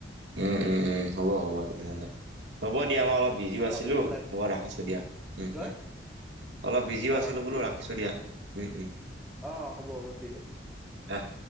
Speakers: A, on the right; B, in the centre.
A: উম উম উম উম হ'ব হ'ব তেতিয়া হ'লে। হ'ব দিয়া মই অলপ বিজিও
B: অ
A: আছিলোঁ
B: আপুনি লাইট
A: হব ৰাখিছোঁ দিয়া
B: কি
A: উম
B: কয়
A: উম অলপ বিজিও
B: অ
A: আছিলো
B: ঠিক
A: বোলো ৰাখিছো
B: আছে
A: দিয়া উম উম
B: অ হ'ব হ'ব ঠিক আছে
A: ৰাখ